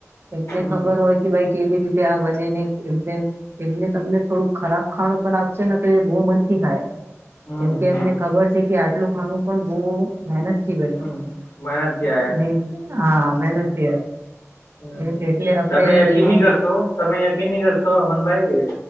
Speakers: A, on the right; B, on the left.
A: એમને
B: હમ
A: ખબર હોય કે ભાઈ કેવી રીતે આ બનેને એમને- એમને તમને થોડુંક ખરાબ ખાણું પણ આપશે ને તો એ બહુ મનથી ખાય.
B: હમ
A: કેમકે
B: હમ
A: એમને ખબર છે કે આટલું ખાનું પણ બહુ મહેનત- થી બને
B: હમ્મ મહેનત થી આયે-
A: ને હા મહેનત થી આવે
B: હમ
A: એટલે આપડે
B: તમે યકીન
A: એવું.
B: નહી કરશો તમે યકીન નહીં કરશો અમન ભાઈ.